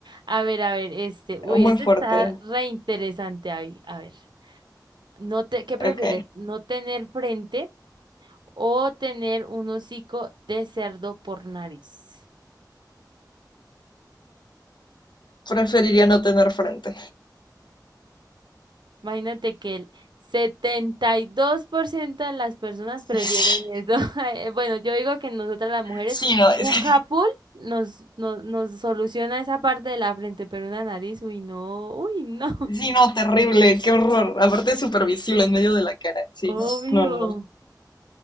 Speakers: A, on the right (about 80°); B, on the left (about 75°).
A: A ver, a ver, este. Uy,
B: Muy
A: este
B: fuerte.
A: está re interesante ahí. A ver. No te, ¿qué prefieres?
B: Ok.
A: ¿No tener frente o tener un hocico de cerdo por nariz?
B: Preferiría no tener frente.
A: Imagínate que el 72% de las personas prefieren
B: <laughs> Sí,
A: eso. <laughs> Bueno, yo digo que nosotras las mujeres,
B: sí, no, es
A: un
B: que,
A: capul nos, nos, nos soluciona esa parte de la frente, pero una nariz, uy, no, uy, no.
B: sí, no, terrible, qué horror.
A: <laughs>
B: Aparte es supervisible en medio de la cara. Sí,
A: Obvio.
B: no, no, no.